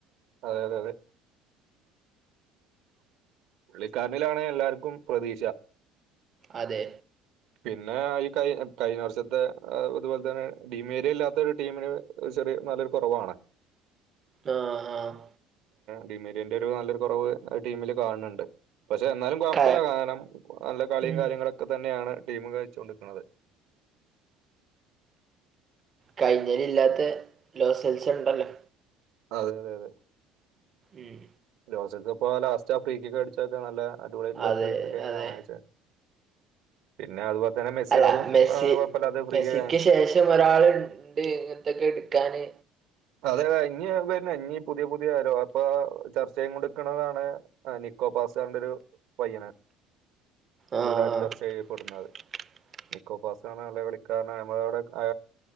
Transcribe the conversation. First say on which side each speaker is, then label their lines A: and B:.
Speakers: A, on the right; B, on the right.
A: അതെ അതെ അതെ പുള്ളിക്കാരനിലാണ് എല്ലാർക്കും പ്രതീക്ഷ.
B: അതെ
A: പിന്നെ ഈ കഴി കഴിഞ്ഞ വർഷത്തെ അതുപോലെ തന്നെ ഡീമേരിയില്ലാത്ത ഒരു ടീമിന് ചെറിയ <inaudible> <unintelligible> കൊറവാണ്.
B: ആഹ് ആഹ്
A: ടീമേരിയന്റെ ഒരു നല്ലൊരു കൊറവ് ആ ടീമില് കാണണൊണ്ട്. പക്ഷെ എന്നാലും കൊയപ്പല്ല
B: ക
A: കാരണം നല്ല കളിയും
B: ഉം
A: കാര്യങ്ങളൊക്കെ തന്നെയാണ് <unintelligible> ചൊണ്ടിക്കണത്
B: കഴിഞ്ഞേൽ ഇല്ലാത്ത ലോ സെൽസൊണ്ടല്ലോ.
A: അതെ അതെ അതെ
B: ഉം
A: ലൊസൽസ് ഇപ്പോ ലാസ്റ്റ് ആ ഫ്രീകിക്ക്ക്കടിച്ചൊക്കെ നല്ല അടിപൊളിയായിട്ടൊള്ള
B: അതെ
A: ഒരു ഫ്രീക്
B: അതെ
A: <inaudible> പിന്നെ <unintelligible> <unintelligible> മെസ്സിടേതും
B: അല്ല മെസ്സി
A: അതും കൊപ്പല്ലാതെ ഫ്രീകിക
B: മെസ്സിക്ക് ശേഷം ഒരാളുണ്ട് ഇങ്ങനത്തൊക്കെ എടുക്കാന്
A: അതെ അതെ ഇനി വെരുന്ന ഇനി പുതിയ പുതിയ വെരവ്. അപ്പോ <inaudible> <unintelligible> നിക്കോപാസാന്റെരു പയ്യന്. കൂടുതലായിട്ടും
B: ആഹ്
A: ചർച്ച ചെയ്യപ്പെടുന്നത്.
B: <inaudible>
A: നിക്കോപാസയാന്നാളെ വിളിക്കാറ്. നമ്മെടവിടെ ആ